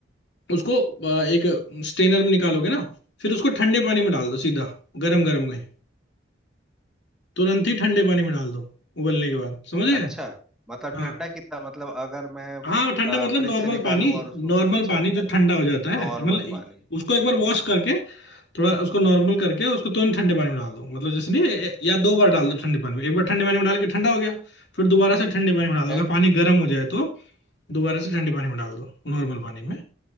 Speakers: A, on the left; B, in the centre.
A: उसको अ, एक स्ट्रेनर में निकालोगे ना फिर उसको ठंडे पानी में डाल दो सीधा गरम गरम नहीं तुरंत ही ठंडे पानी में डाल दो उबलने के बाद समझ गए
B: अच्छा मतलब
A: हाँ
B: ठंडा कितना मतलब अगर मैं
A: हाँ ठंडा मतलब
B: फ्रिज
A: नॉर्मल
B: से निकालूं
A: पानी
B: और उसको
A: नॉर्मल
B: अच्छा
A: पानी जो ठंडा हो जाता है
B: नॉर्मल
A: मतलब इ-
B: पानी
A: उसको एक
B: ठीक
A: बार वॉश
B: ठीक
A: करके
B: ठीक
A: थोड़ा उसको नॉर्मल करके उसको तुरंत ठंडे पानी में डाल दो मतलब जैसे नहीं या दो बार डाल
B: ठीक
A: दो
B: है
A: ठंडे पानी में एक बार ठंडे पानी में डाल के ठंडा हो गया फिर दोबारा से ठंडे पानी में
B: ठीक
A: डाल दो
B: है
A: अगर पानी गर्म हो जाए तो दोबारा से ठंडे पानी में डाल दो नॉर्मल पानी में